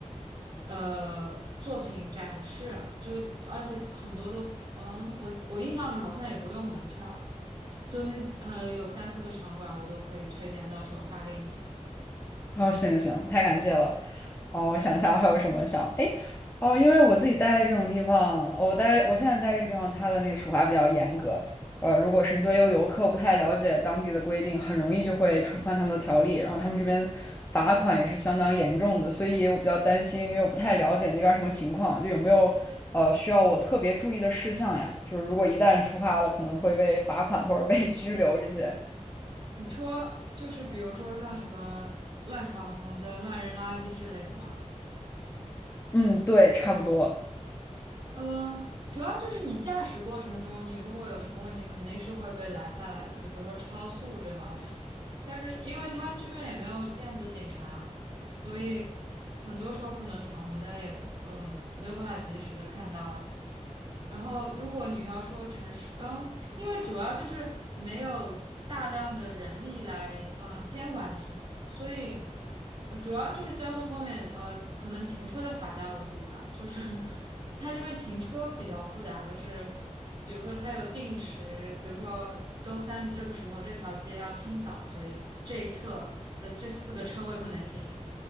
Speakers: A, on the right (about 40°); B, on the left (about 15°).
A: 呃作品展示，就而且很多都，嗯，我我印象里好像也不用门票，就那呃有三四个场馆我都可以推荐，到时候发给你。
B: 哦，行行行，太感谢了。哦，我想一下，我还有什么想？哎，哦，因为我自己待在这种地方，我待我现在待这个地方，它的那个处罚比较严格。呃，如果是你作为一个游客不太了解当地的规定，很容易就会触犯他们的条例，然后他们这边罚款也是相当严重的，所以我比较担心，因为我不太了解那边儿什么情况，就有没有呃需要我特别注意的事项呀？就是如果一旦触发了，可能会被罚款或者被拘留这些。
A: 你说就是比如说像什么乱闯红灯、乱扔垃圾之类的吗？
B: 嗯，对，差不多。
A: 嗯，主要就是你驾驶过程中，你如果有什么问题，肯定是会被拦下来的，就比如说超速这方面。但是因为他这边也没有电子警察，所以很多时候可能闯红灯也嗯没有办法及时的看到。然后如果你要说城市，嗯，因为主要就是没有大量的人力来嗯监管你。所以呃主要就是交通方面，呃，可能停车的罚单为主吧。就是 <laughs> 它这边停车比较复杂，就是比如说它有定时，比如说周三的这个时候这条街要清扫，所以这一侧的这四个车位不能停。